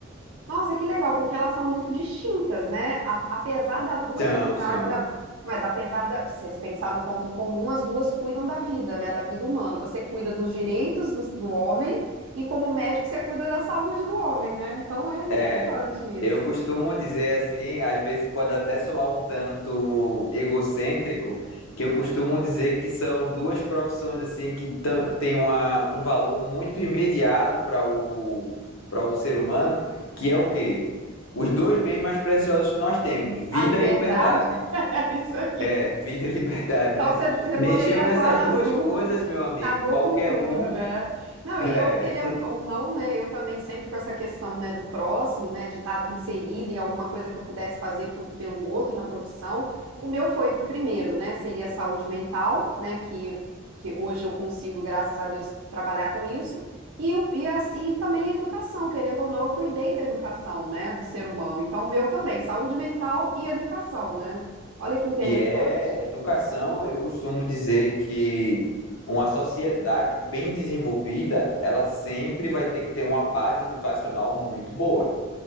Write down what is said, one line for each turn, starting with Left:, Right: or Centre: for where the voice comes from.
Right: Nossa, que legal, porque elas são muito distintas, né? A- apesar das duas
Left: São,
Right: cuidarem
Left: são.
Right: da. Mas apesar da. Se você pensar no ponto em comum, as duas cuidam da vida, né? Da vida humana. Você cuida dos direitos do, do homem e, como médico, você cuida da saúde do homem, né? Então é interessante
Left: É,
Right: isso.
Left: eu costumo dizer assim, às vezes pode até soar um tanto egocêntrico, que eu costumo dizer que são duas profissões assim que tão- têm uma- um valor muito imediato para o, para o ser humano, que é o quê? Os dois bens mais preciosos que nós temos, vida
Right: A liberdade.
Left: e liberdade.
Right: <laughs> É isso aí.
Left: É, <laughs> vida e liberdade,
Right: Então
Left: né?
Right: você, você
Left: Mexeu
Right: poderia
Left: nessas
Right: atuar nas
Left: duas
Right: duas.
Left: coisas, meu amigo,
Right: Acabou
Left: qualquer
Right: com tudo,
Left: um,
Right: né? Não,
Left: é.
Right: e eu querendo ou não, né? Eu também sempre com essa questão, né, do próximo, né, de estar inserida em alguma coisa que eu pudesse fazer pro- pelo outro na profissão. O meu foi primeiro, né? Seria a saúde mental, né? Que, que hoje eu consigo, graças a Deus, trabalhar com isso. E, o- e, assim, e também a educação, querendo ou não, eu cuidei da educação, né, do ser humano. Então, o meu também, saúde mental e educação, né? Olha que interessante.
Left: que é educação. Eu costumo dizer que uma sociedade bem desenvolvida, ela sempre vai ter que ter uma base educacional muito boa.